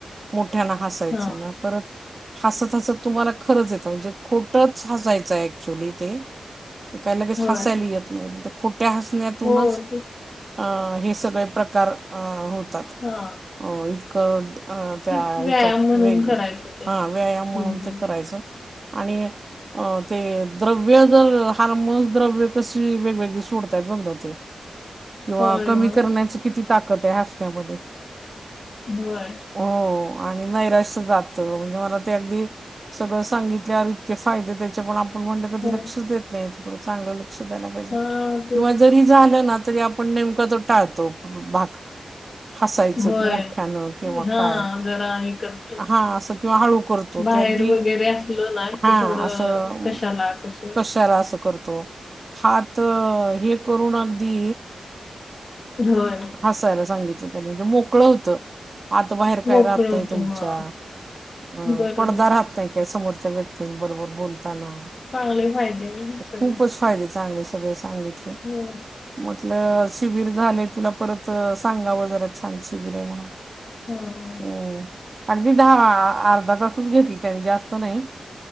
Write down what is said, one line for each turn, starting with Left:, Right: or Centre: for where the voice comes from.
Right: मोठ्यांना हसायचं
Left: हां.
Right: ना परत, हसत-हसत तुम्हांला खरंच येतं, म्हणजे खोटंच हसायचंय ऍक्च्युली ते. ते काय लगेच
Left: होय.
Right: हसायला येत नाही, पण त्याखोट्या हसण्यातूनच
Left: हो.
Right: अन् हे सगळे प्रकार अं होतात.
Left: हा
Right: हो इचकट अ त्या
Left: तेच
Right: ह्याच्यात
Left: व्यायाम म्हणून
Right: वेग
Left: करायचं ते.
Right: हा व्यायाम म्हणून
Left: हम्म.
Right: ते करायचं, आणि ते द्रव्य जर हार्मोन्स द्रव्य कशी वेगवेग ळी सोडतायत बघ ना ते. किंवा
Left: होय
Right: कमी
Left: होय होय
Right: करण्याची किती ताकद आहे हास्यामध्ये.
Left: होय
Right: हो आणि नैराश्य जातं म्हणजे मला ते अगदी- सगळं सांगितल्यावर इतके फायदे त्याच्यामुळं मग म्हणलं कधी
Left: हो
Right: लक्षच देत नाही, थोडं चांगल लक्ष द्यायला पाहिजे
Left: हा तेच
Right: किंवा जरी झाल ना तरी आप पण नेमका तो टाळतो भाग, हसायचं
Left: होय.
Right: मोठ्यानं किंवा
Left: हा
Right: काय
Left: जरा एकर हॅलो
Right: हा असं किंवा हळू करतो
Left: बाहेर
Right: ते अगदी
Left: वगैरे असलं ना
Right: हा
Left: कि थोडं
Right: असं
Left: कशाला कश
Right: कशाला अस करतो हात अ हे करून अगदी
Left: होय.
Right: हासायला सांगितलं त्यांनी म्हणजे मोकळ होतं. आता बाहेर काय
Left: मोकळ
Right: राहतंय
Left: होत
Right: तुमच्या
Left: हा
Right: अ
Left: बरोबर.
Right: पडदा राहतो. य काही समोरच्या व्यक्तींबरोबर बोलताना
Left: चांगले फायदे आहेत सगळे.
Right: खूपच फायदे चांगले सगळे सांगितले.
Left: होय
Right: म्हटलं शिबिर झालंय तुला परत अ सांगावं जरा छान शिबिर आहे म्हणून
Left: हां हां
Right: हम्म. अगदी दहा आ अर्धा तासच घेतली त्यांनी जास्त नाही.